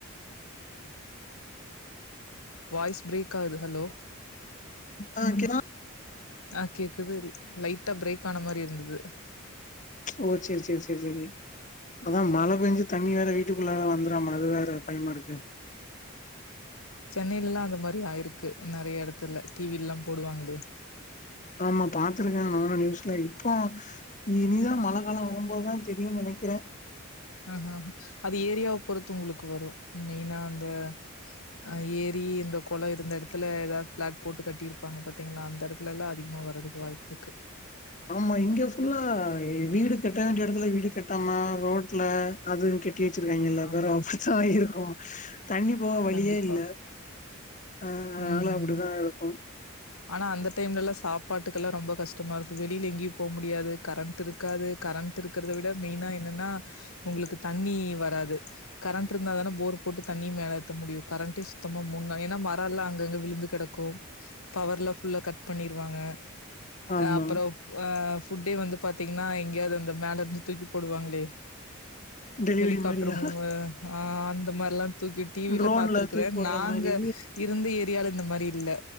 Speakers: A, on the left; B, on the left.
A: வாய்ஸ் ப்ரேக் ஆகுது ஹலோ
B: ஆ ஒகேதா
A: ஆ கேக்குது லைட்டா பிரேக் ஆன மாரி இருந்தது
B: ஓ சேரி சேரி சேரி சேரி அதா மழ பெஞ்சி தண்ணி வேற வீட்டுக்குள்ளார வந்துடாம அது வேற பயமா இருக்கு
A: சென்னையிலல்லா அந்த மாரி ஆயிருக்கு நறைய எடத்துல டி வி லல்லா போடுவாங்களே
B: ஆமா பாத்துருக்கே நானு நியூஸ்ல இப்போ இனிதா மழ காலோ வரும்போதுதா தெரியும்னு நெனைக்கிறே
A: ஆ ஹா அது ஏரியாவ பொறுத்து உங்களுக்கு வரு மெயினா அந்த அ ஏரி இந்த குளோ இருந்த எடத்துல ஏதா பிளாட் போட்டு கட்டியிருப்பாங்க பாத்தீங்ளா அந்த எடத் இல்லல்ல அதிகமா வரதுக்கு வாய்ப்பு இருக்கு
B: ஆமா இங்க ஃபுல்லா வீடு கட்ட வேண்டிய எடத்துல வீடு கட்டாம ரோட்ல அது கட் ட்டி வெச்சிருக்காங்கல்ல அப்பறோ
A: ஆமா
B: அப்டிதா இருக்கு தண்ணி இப்போ வழியே
A: கண்டிப்பா
B: இல்ல ஆ அதனால
A: ம்
B: அப்டித்தா இருக்கும்
A: ஆனா அந்த டைம்லல்லா சாப்பாட்டுக்கு எல்லா ரொம்ப கஷ்டமா இருக்கு வெளியில எங்கேயு போக முடியாது கரண்ட் இருக்காது கரண்ட் இருக்கிறதா விட மெயினா என்னன்னா உங்களுக்கு தண்ணி வராது கரண்ட் இருந்தா தானே போர் போட்டு தண்ணி மேலே ஏத்த முடியு கரண்ட்டே சுத்தமா மூண்னா ஏன்னா மரம்லா அங்கங்க விழுந்து கெடக்கு பவர்லா ஃபுல்லா கட் பண்ணிருவாங்க
B: ஆமா
A: அப்பறோ ஆ ஃபுட்டே வந்து பாத்தீங்னா எங்கயாது அந்த மேல இருந்து தூக்கி போடுவாங்ளே
B: டெலிவரி
A: ஹெலிகாப்டர்
B: மாரியா
A: மூ ஆ அந்த மாரில்லா தூக்கி டி வி
B: ட்ரோன்ல
A: ல பாத்துருக்குறே
B: தூக்கி போடுற
A: நாங்க
B: மாரி
A: இருந்த ஏரியால இந்த மாரி இல்ல